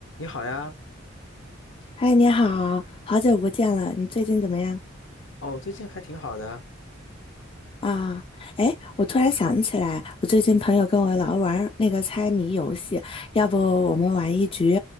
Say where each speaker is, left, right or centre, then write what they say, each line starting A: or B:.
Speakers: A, on the left (about 65°); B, on the left (about 25°).
A: 你好呀，
B: 嗨，你好，好久不见了，你最近怎么样
A: 哦，最近还挺好的啊，
B: 啊？哎，我突然想起来，我最近朋友跟我老玩儿那个猜谜游戏，要不我们玩一局？